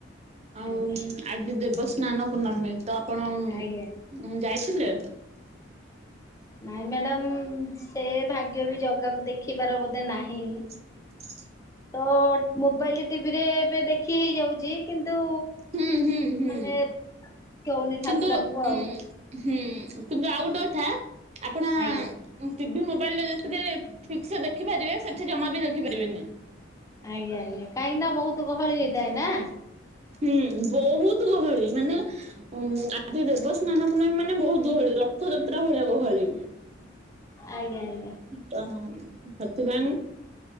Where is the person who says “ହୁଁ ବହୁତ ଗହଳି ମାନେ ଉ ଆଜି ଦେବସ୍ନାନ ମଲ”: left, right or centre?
Right